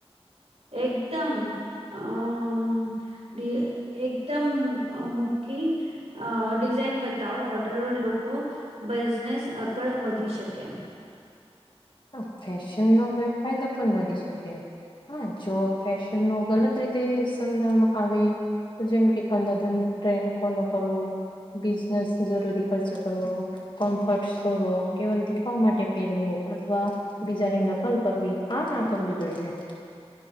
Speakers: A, on the right; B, on the left.
A: એકદમ આ બે એકદમ મુકી અ ડિઝાઇન બતાવો ઓર્ડર લોકો બિઝનેસ આગળ વધી શકે
B: હા ફેશનનો ઘટ ફાયદો પણ વધી શકે હા જો ફેશનનો ગલત રીતે સમજવામાં આવે તો જેમ કે અંધાધુ ટ્રેન્ડ ફોલો કરવું બિઝનેસ જરૂરી ખર્ચ કરવો કોમ્ફર્ટ છોડવો કેવલ દેખાવા માટે પહેરવો અથવા બીજાની નકલ કરવી આ ના કરવું જોઈએ